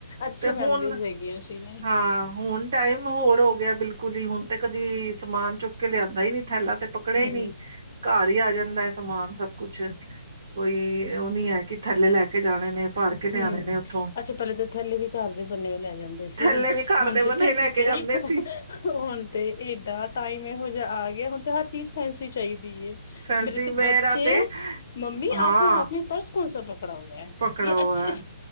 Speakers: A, on the left; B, on the right.
A: ਅੱਛੀ
B: ਤੇ
A: ਮੈਮਰੀਜ਼
B: ਹੁਣ
A: ਹੈਗੀਆਂ ਸੀ ਨਹੀਂ
B: ਹਾਂ ਹੁਣ ਟਾਈਮ ਹੋਰ ਹੋ ਗਿਆ ਬਿਲਕੁਲ ਹੀ ਹੁਣ ਤੇ ਕਦੀ ਸਮਾਨ ਚੁੱਕ ਲਿਆਂਂਦਾ ਹੀ ਨੀ ਥਲਾ ਤੇ
A: ਹੂੰ-ਹੂੰ।
B: ਕੜਯਾ ਨੀ ਘਰ ਹੀ ਆ ਜਾਂਦਾ ਹੈ ਸਮਾਨ ਸਭ ਕੁਛ ਕੋਈ ਉਹ ਨੀ ਹੈ ਕਿ ਥੱਲੇ ਲੈ ਕੇ ਕੇ ਜਾਣੇ ਨੇ ਭਰ ਕੇ ਲਿਆਣੇ
A: ਹਮ,
B: ਨੇ ਉੱਥੋਂ
A: ਅੱਛਾ ਪਹਿਲੇ ਤਾਂ ਥੈਲੇ ਵੀ ਘਰ ਦੇ ਬਨੇ ਵੀ ਲੈ ਜਾਂਦੇ ਸੀ।
B: ਥੱਲੇ ਵੀ ਘਰ
A: ਹੁਣ
B: ਦੇ
A: ਤੇ
B: ਬਣੇ
A: ਤੁਸੀਂ
B: ਲੈ ਕੇ
A: ਕਹਿ
B: ਜਾਂਦੇ ਸੀ।
A: ਹੁਣ ਤੇ ਏਡਾ ਟਾਈਮ ਇਹੋ ਜਿਹਾ ਆ ਗਿਆ ਹੁਣ ਹਰ ਚੀਜ਼ ਫੈਂਸੀ ਚਾਹੀਦੀ
B: ਫੈਂਸੀ
A: ਮੇਰੇ ਤੇ
B: ਮੇਰਾ
A: ਬੱਚੇ
B: ਤੇ
A: ਮੰਮੀ
B: ਹਾਂ
A: ਆਪਣੇ ਹਾਥ ਮੇ ਪਰਸ ਕੋਛ <inaudible> <inaudible>
B: ਪਕੜਾ ਹੋਆ
A: ਅੱਛੇ
B: ਹੈ